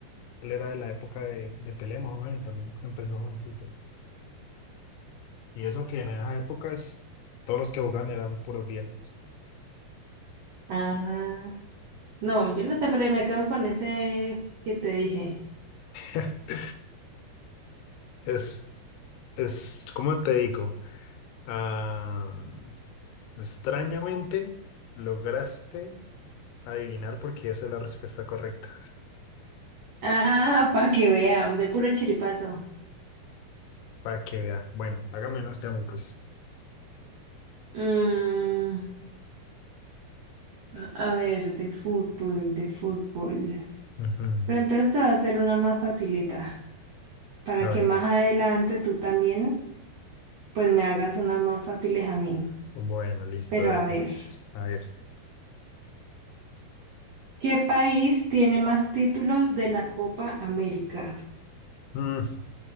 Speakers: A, on the left; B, on the right.
A: él era de la época de, de Pelé, más o menos, y también empezó jovencito. Y eso que en esas épocas todos los que jugaban eran puros viejos.
B: Ah, no, yo no sé, pero me quedo con ese que te dije.
A: <laughs> Es, es, ¿cómo te digo? Ah, extrañamente lograste adivinar porque esa es la respuesta correcta.
B: Ah, <laughs> para que vea, de puro chiripazo.
A: Para que vea. Bueno, hágame unos temas, pues.
B: Mm, a ver, de fútbol, de fútbol.
A: Ujú.
B: Pero entonces te va a hacer una más facilita, para
A: A
B: que
A: ver.
B: más adelante tú también, pues me hagas unas más fáciles a mí.
A: Bueno, listo,
B: Pero
A: dale.
B: a ver,
A: A ver.
B: ¿qué país tiene más títulos de la Copa América?
A: mm,